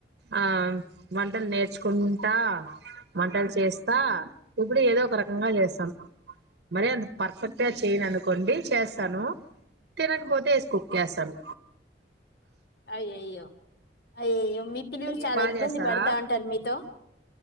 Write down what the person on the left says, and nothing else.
అయ్య అయ్యో అయ అయ్యో మీ పిల్లలు
చాలా
ఇబ్బంది
పడతా ఉంటారు మీతో